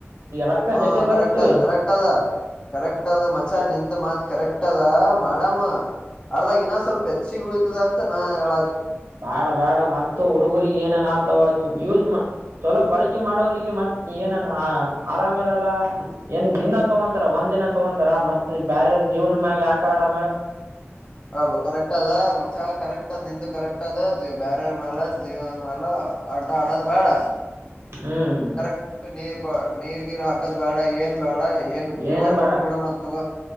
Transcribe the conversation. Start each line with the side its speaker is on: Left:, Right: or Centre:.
Right: ರೊಕ್ಕ
Left: ಹಾ
Right: ಜಗ್ಗೆ
Left: ಕರೆಕ್ಟ್
Right: ಗಳಸ್ತೀವಿ
Left: ಅದ ಕರೆಕ್ಟ್ ಅದ ಕರೆಕ್ಟ್ ಅದ ಮಚ ನಿಂದ ಮಾತ್ ಕರೆಕ್ಟ್ ಅದ ಮಾಡಮ್ಮ ಅರ್ದಾಗ ಇನ್ನ ಸ್ವಲ್ಪ ಹೆಚ್ಚಿಗೆ ಉಳಿತದ ಅಂತ ನಾ ಹೇಳ
Right: ಬಾಡ ಬಾಡ ಮತ್ತ ಹುಡುಗರಿಗೆ ಏನ ಆತವಾ ಯೂಸ್ ಚಲೋ ಬಳಕೆ ಮಾಡೋರಿಗೆ ಮತ್ತೆ ಏನ ರ ಆರಾಮೇ ಇರಲ್ಲ ಏನ್ ದಿನ ತಗೊಂತಾರ ಒಂದ್ ದಿನ ತಗೊಂತಾರ ಮತ್ತೆ ಬ್ಯರವ್ರ ಜೀವನ್ ಮ್ಯಾಗೆ ಆಟಆಡಮ್ ಹೇಳ್
Left: ಅ ಕರೆಕ್ಟ್ ಅದ ಮಚ್ಚ ಕರೆಕ್ಟ್ ಅದ ನಿಂದು ಕರೆಕ್ಟ್ ಆಟದ ಬ್ಯಾರರ್ ಮೇಾಲ ಜೀವದ ಮೇಾಲ ಆಟ ಆಡೋದು ಬೇಡ
Right: ಹ್ಮ್
Left: ಕರೆಕ್ಟ್ ನೀರ್ ನೀರ್ ಗಿರ ಹಾಕದ ಬೇಡ ಏನ್ ಬೇಡ ಪ್ಯೂರ್
Right: ಏನ್ ಬಾಡ
Left: ಕೊಟ್ಟ ಬಿಡ ಮತ್ ತಗೋ